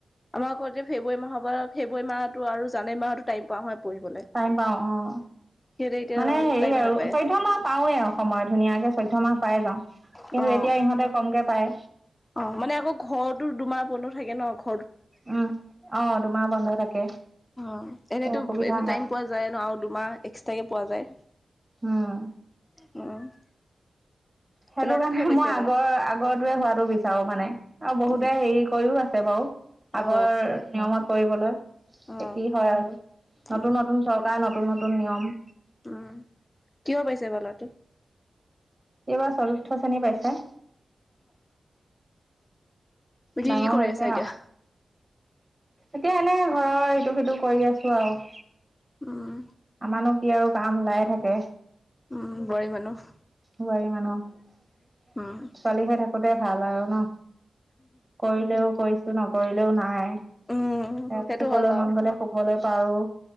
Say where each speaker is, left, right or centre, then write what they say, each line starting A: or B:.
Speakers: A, on the left; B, on the right.
A: আমাৰ আকৌ এতিয়া ফেব্ৰুৱাৰী মাহৰ পৰা ফেব্ৰুৱাৰী মাহতো আৰু জানুৱাৰী মাহতো টাইম পোৱাা হয়। পঢ়িবলৈ।
B: টাইম পাওঁ অ'।
A: সিহঁতে এতিয়া
B: মানে হেৰি
A: টাইমে
B: আৰু
A: নাপায়
B: চৈধ্য মাহ পাওঁৱেই আৰু সময় ধুনীয়াকে চৈধ্য মাহ পাই যাওঁ। কিন্তু
A: অ', অ'।
B: এতিয়া ইহঁতে কমকে পায়।
A: অ', মানে আকৌ ঘৰতো দুমাহ বন্ধ থাকে ন ঘ
B: উম, অ', দুমাহ বন্ধ থাকে।
A: অ', এনেইতো
B: অসুবিধা
A: এনে
B: হয়
A: টাইম পোৱা যায়ে ন আৰু দুমাহ এক্সট্ৰাকে পোৱা যায়।
B: উম
A: <unintelligible>
B: সেইটো
A: ল'ৰাটো
B: কাৰণে
A: কিহৰ পাইছে
B: মই
A: এবাৰ?
B: আগৰ আগৰতোৱে হোৱাটো বিচাৰো মানে, আৰু বহুতে
A: উম
B: হেৰি কৰিও আছ চে বাৰু, আগৰ
A: অ
B: নিয়মত কৰিবলৈ।
A: অ
B: কি হয় আৰু। নতুন-নতুন
A: উম
B: চৰকাৰ নতুন-নতুন নিয়ম।
A: উম, কিয় পাইছে বা ল'ৰাটো।
B: সি এইবাৰ চতুৰ্থ শ্ৰেণী পাইছে।
A: দি
B: ডাঙৰ
A: কি কৰি
B: হৈছে
A: আছা এতিয়া?
B: আৰু এতিয়া এনে ঘৰৰ ইটো সিটো কৰি আছো আৰু।
A: উম।
B: আমানো কি আৰু কাম ওলাইয়ে থাকে।
A: উম, বোৱাৰী মানুহ।
B: বোৱাৰী মানুহ।
A: উম
B: ছোৱালী হৈ থাকোতেই ভাল আৰু ন? ক'ৰিলেও কৰিছো ন'কৰিলেও নাই। এ
A: উম সেইটো
B: শুবলৈ
A: হয় বাৰু
B: মন গলে শুবলৈ পাৰো।